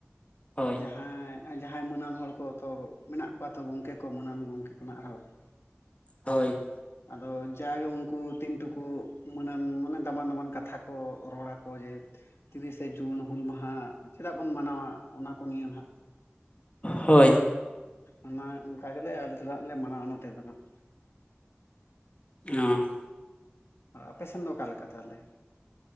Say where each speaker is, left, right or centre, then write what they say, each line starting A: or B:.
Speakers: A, on the left; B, on the left.
A: ᱦᱳᱭ
B: ᱡᱟᱸᱦᱟ ᱾ ᱟᱸ ᱡᱟᱦᱟᱸᱭ ᱢᱟᱱᱟᱱ ᱦᱚᱲ ᱠᱚ ᱛᱚ ᱢᱮᱱᱟᱜ ᱠᱚᱣᱟ ᱛᱚ ᱜᱚᱢᱠᱮ ᱠᱚ ᱢᱟᱱᱟᱱ ᱜᱚᱢᱠᱮ ᱠᱚ ᱱᱟᱜ ᱟᱨᱦᱚᱸ᱾ <inaudible>
A: ᱦᱳᱭ
B: ᱟᱫᱚ ᱡᱟᱜᱮ ᱩᱱᱠᱩ ᱛᱤᱱᱴᱩᱠᱩ ᱢᱟᱱᱟᱱ ᱢᱟᱱᱮ ᱫᱟᱢᱟᱱ ᱫᱟᱢᱟᱱ ᱠᱟᱛᱷᱟ ᱠᱚ ᱨᱚᱲᱟ ᱠᱚ ᱡᱮ ᱛᱤᱨᱤᱥᱮ ᱡᱩᱱ ᱦᱩᱞ ᱢᱟᱦᱟ ᱟᱫᱚ ᱡᱟᱜᱮ ᱩᱱᱠᱩ ᱛᱤᱱᱴᱩᱠᱩ ᱢᱟᱱᱟᱱ ᱢᱟᱱᱮ ᱫᱟᱢᱟᱱ ᱫᱟᱢᱟᱱ ᱠᱟᱛᱷᱟ ᱟᱫᱚ ᱡᱟᱜᱮ ᱩᱱᱠᱩ ᱛᱤᱱᱴᱩᱠᱩ ᱢᱟᱱᱟᱱ ᱢᱟᱱᱮ ᱫᱟᱢᱟᱱ ᱫᱟᱢᱟᱱ ᱠᱟᱛᱷᱟ ᱾ ᱪᱮᱫᱟᱜ ᱵᱚᱱ ᱢᱟᱱᱟᱣ-ᱟ ᱚᱱᱟ ᱠᱚ ᱱᱤᱭᱮ ᱱᱟᱦᱟᱜ?
A: ᱦᱳᱭ ᱾
B: ᱚᱱᱟ ᱚᱱᱠᱟ ᱜᱮᱞᱮ ᱟᱞᱮ ᱫᱚ ᱞᱮ ᱢᱟᱱᱟᱣ ᱱᱚᱛᱮ ᱫᱚ ᱱᱟᱜ ᱾
A: ᱧᱚᱸ
B: ᱟᱯᱮᱥᱮᱱ ᱫᱚ ᱚᱠᱟ ᱞᱮᱠᱟ ᱛᱟᱦᱚᱞᱮ?